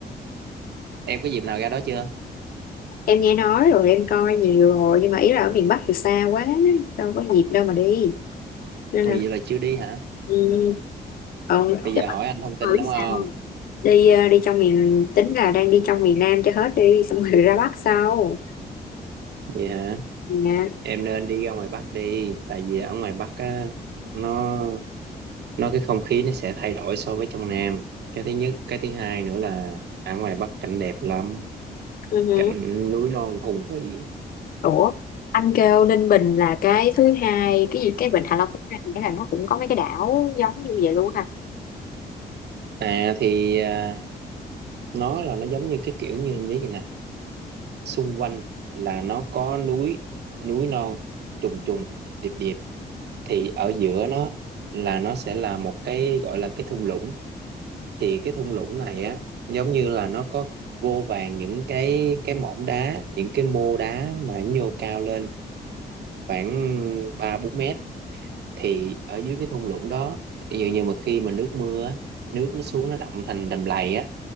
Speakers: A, on the right; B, on the left.
A: em có dịp nào ra đó chưa
B: Em nghe nói rồi em coi nhiều rồi nhưng mà ý là ở miền Bắc thì xa quá đâu có dịp đâu mà đi nên
A: Ồ,
B: là
A: vậy là chưa đi hả
B: ừ. ừ
A: Bây
B: để
A: giờ
B: bạn
A: hỏi anh thông tin
B: hỏi
A: đúng không?
B: sao đi ờ, đi trong miền tính là đang đi trong miền Nam cho hết đi xong rồi ra Bắc sau
A: Vậy hả?
B: nè
A: Em nên đi ra ngoài Bắc đi, tại vì ở ngoài Bắc á nó nó cái không khí nó sẽ thay đổi so với trong Nam. Cái thứ nhất, cái thứ hai nữa là ở ngoài Bắc cảnh đẹp lắm,
B: ừ. hử.
A: cảnh núi non hùng vĩ.
B: Ủa anh kêu Ninh Bình là cái thứ hai cái gì cái Vịnh Hạ Long thứ hai nghĩa là nó cũng có mấy cái đảo giống như vậy luôn hả
A: À thì à, nó là nó giống như cái kiểu như em biết vậy nè, xung quanh là nó có núi núi non trùng trùng điệp điệp thì ở giữa nó là nó sẽ là một cái gọi là cái thung lũng thì cái thung lũng này á giống như là nó có vô vàn những cái cái mỏm đá những cái mô đá mà nhô cao lên khoảng ba bốn mét thì ở dưới cái thung lũng đó ví dụ như mà khi mà nước mưa á, nước nó xuống nó đọng thành đầm lầy á